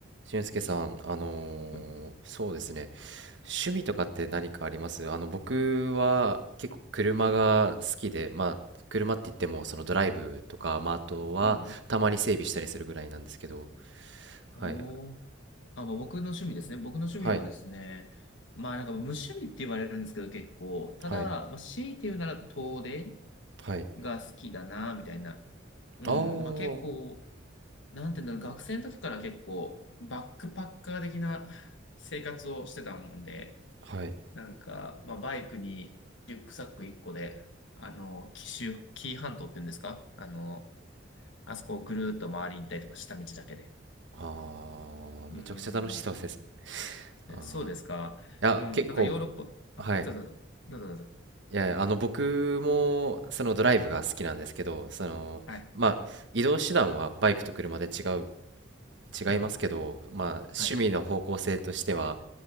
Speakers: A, on the right; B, on the left.
A: 俊介さん、あのーそうですね、
B: はい
A: 趣味とかって何かありますあの、僕は結構車が好きで、
B: うん
A: まあ、車って言っても、そのドライブとか、まあ、あとは、
B: うんうん
A: たまに整備したりするぐらいなんですけど、
B: おー。
A: はい、
B: あ、まあ、僕の趣味ですね。僕の趣味はですね、
A: はい、
B: まあなんか無趣味って言われるんですけど結構、ただ、
A: はい、
B: まあ、強いて言うなら遠出
A: はい。
B: が好きだな、みたいな。うん、
A: ああ、
B: まあ結構、なんていうんだろう、学生の時から結構バックパッカー的な生活をしてたもんで、
A: はい。
B: なんか、まあバイクにリュックサック1個で、あの、紀州、紀伊半島って言うんですかあの、あそこをぐるーっと回りに行ったりとか下道だけで。
A: ああ、
B: うーん。
A: めちゃくちゃ楽しそうですね。
B: えそうですか。
A: ああ、いや、
B: うん、
A: 結構、
B: なんかヨーロッパ、あ、
A: はい。
B: どうぞ、どうぞ、どうぞ。
A: いやいや、あの、僕も、そのドライブが好きなんですけど、その、
B: はい。
A: まあ、移動手段はバイクと車で違う違いますけど、
B: うんうん、
A: まあ、趣味の方向性としては
B: はい、